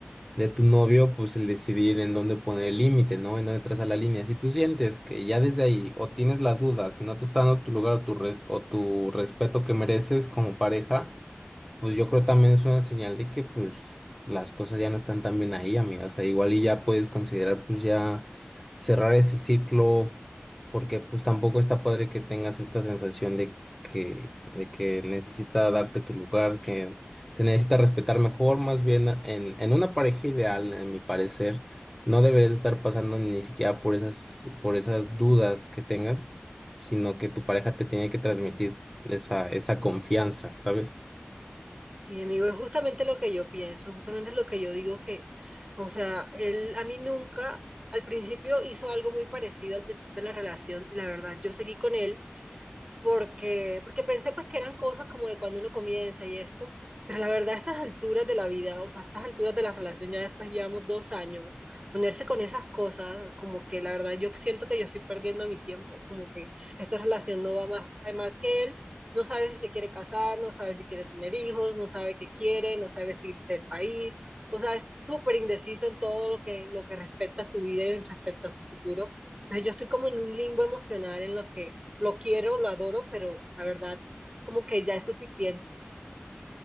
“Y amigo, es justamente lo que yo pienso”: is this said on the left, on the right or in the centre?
Right